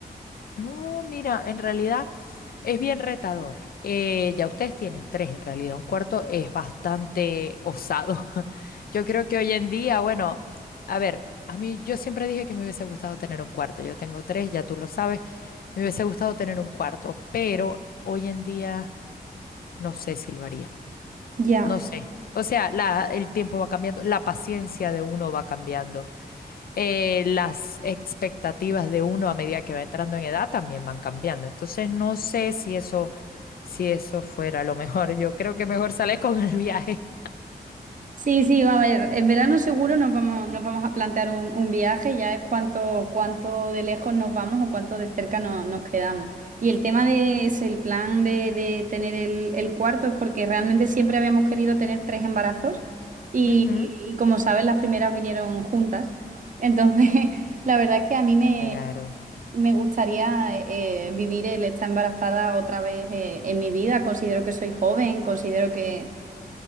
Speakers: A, on the left; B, on the right.
A: No, mira, en realidad es bien retador. Eh, ya ustedes tienen tres, en realidad. Un cuarto es bastante osado. <laughs> Yo creo que hoy en día, bueno, a ver, a mí yo siempre dije que me hubiese gustado tener un cuarto. Yo tengo tres, ya tú lo sabes. Me hubiese gustado tener un cuarto, pero hoy en día no sé si lo haría.
B: Ya.
A: No sé. O sea, la, el tiempo va cambiando, la paciencia de uno va cambiando, eh, las expectativas de uno a medida que va entrando en edad también van cambiando. Entonces, no sé si eso, si eso fuera lo mejor. Yo creo que mejor sales con el viaje.
B: Sí, sí, a ver, en verano seguro nos vamos, nos vamos a plantear un, un viaje, ya es cuánto, cuánto de lejos nos vamos o cuánto de cerca no- nos quedamos. Y el tema de es el plan de, de tener el, el cuarto es porque realmente siempre habíamos querido tener tres embarazos y,
A: Ujú.
B: y como sabes, las primeras vinieron juntas. Entonces, <laughs> la verdad es que a mí me,
A: Claro.
B: me gustaría eh, eh, vivir el estar embarazada otra vez eh, en mi vida. Considero que soy joven, considero que